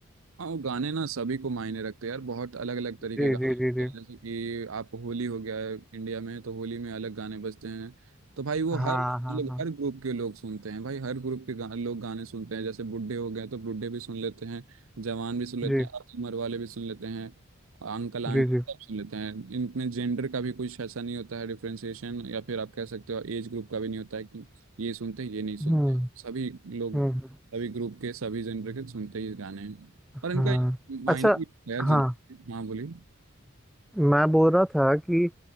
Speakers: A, on the right; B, in the centre.
A: हाँ वो गाने ना सभी को मायने रखते हैं यार बहुत अलग अलग तरीके
B: जी
A: के गाने
B: जी
A: होते
B: जी जी
A: हैं। जैसे कि आप होली हो गया है इंडिया में तो होली में अलग गाने बजते हैं तो भाई वो
B: हाँ
A: हर
B: हाँ
A: लोग
B: हाँ
A: हर ग्रुप के लोग सुनते हैं भाई हर ग्रुप के गा, लोग गाने सुनते हैं जैसे बुढ़े हो गए तो बुढ़े भी सुन लेते हैं जवान भी सुन लेते
B: जी
A: हैं अर्ध उम्र वाले भी सुन लेते हैं अंकल आंटी
B: जी जी
A: सब सुन लेते हैं इनमें जेंडर का भी कुछ ऐसा नहीं होता है डिफ्रेंसिएशन या फिर आप कह सकते हो एज ग्रुप का भी नहीं होता है कि ये सुनते हैं ये नहीं सुनते
B: हम्म
A: हैं सभी लोग
B: हम्म
A: सभी ग्रुप के सभी जेंडर के सुनते ही गाने हैं
B: हाँ
A: और इनका एक मायने
B: अच्छा
A: भी है यार जिंदगी
B: हाँ
A: में। हाँ बोलिए
B: मैं बोल रहा था कि